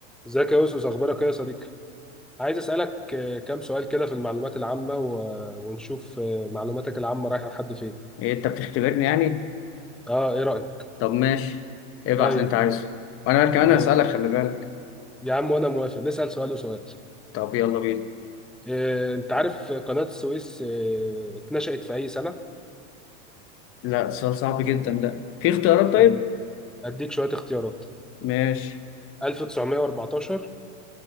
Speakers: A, in the centre; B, on the left.
A: ازيك يا أوسوس أخبارك إيه يا صديقي؟ عايز أسألك آه، كام سؤال كده في المعلومات العامة و- ونشوف آه، معلوماتك العامة رايحة لحد فين؟
B: ايه انت بتختبرني يعني
A: أه إيه رأيك؟
B: طب ماشي ابعت
A: طيب
B: اللي انت عايزه وانا كمان
A: آه،
B: هسألك خلي بالك
A: يا عم وأنا موافق نسأل سؤال وسؤال
B: طب يلا بينا
A: آه، أنت عارف قناة السويس آه، اتنشأت في أي سنة؟
B: لا سؤال صعب جدا ده في اختيارات طيب
A: هد- هديك شوية اختيارات
B: ماشي
A: 1914